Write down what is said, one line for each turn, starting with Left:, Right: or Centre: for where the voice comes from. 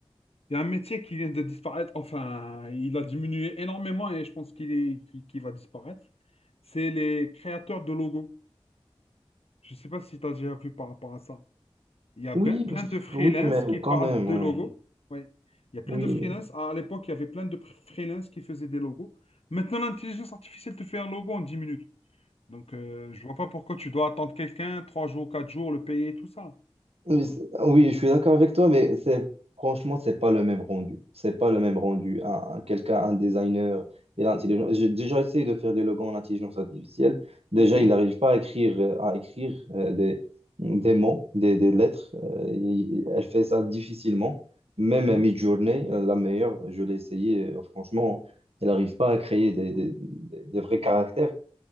Left: Il y a un métier qui vient de disparaître, enfin, il a diminué énormément et je pense qu'il est, qu'il qu'il va disparaître. C'est les créateurs de logos. Je ne sais pas si tu as déjà vu par rapport à ça. Il y a
Right: Oui,
Left: ben- plein
Right: pff,
Left: de freelance
Right: oui, mais
Left: qui
Right: quand
Left: parlent
Right: même,
Left: de
Right: ouais.
Left: logos. Oui. Il y a plein
Right: Oui,
Left: de freelance. À à l'époque, il y avait plein de pr- freelance qui faisaient des logos. Maintenant, l'intelligence artificielle te fait un logo en 10 minutes. Donc, euh, je vois pas pourquoi tu dois attendre quelqu'un 3 jours, quatre jours, le payer, tout ça.
Right: Oui, c'est- oui, je suis d'accord avec toi, mais c'est franchement, c'est pas le même rendu. C'est pas le même rendu. Un, un- quelqu'un, un designer et l'intelligence. J'ai déjà essayé de faire des logos en intelligence artificielle. Déjà,
Left: OK.
Right: il n'arrive pas à écrire, euh, à écrire euh, des, des mots, des, des lettres. Euh, il- elle fait ça difficilement. Même
Left: Mhm.
Right: à Midjourney, euh, la meilleure, je l'ai essayé. euh, franchement, elle n'arrive pas à créer des, des, des- des vrais caractères